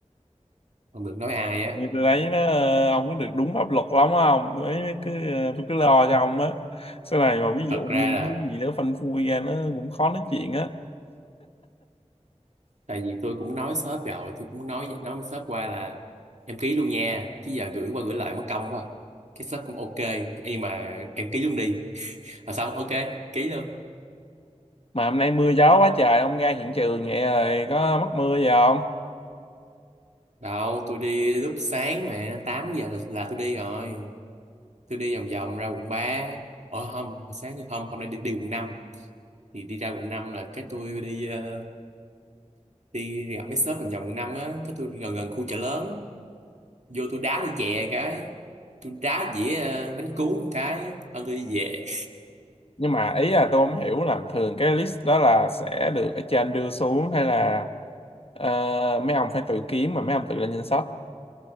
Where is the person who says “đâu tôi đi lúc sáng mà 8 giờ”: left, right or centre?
Right